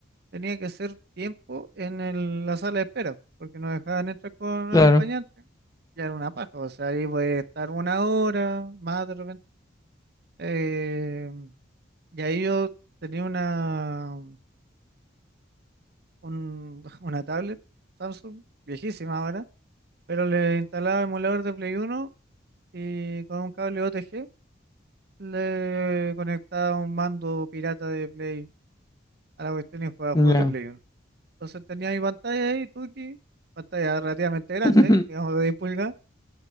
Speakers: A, on the right; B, on the left.
A: tenía que hacer tiempo en el- la sala de espera, porque no dejaban entrar con un
B: claro,
A: acompañante. Ya era una paja, o sea, ahí voy a estar una hora más de repente. eh, y ahí yo tenía una. un- <laughs> una tablet Samsung, viejísima ahora, pero le instalaba emulador de Play Uno y con un cable OTG le conectaba un mando pirata de Play a la cuestión y jugaba
B: ya.
A: juegos de Play Uno Entonces tenía mi pantalla ahí, Tuki, pantalla relativamente grande,
B: <laughs>
A: digamos de 10 pulgadas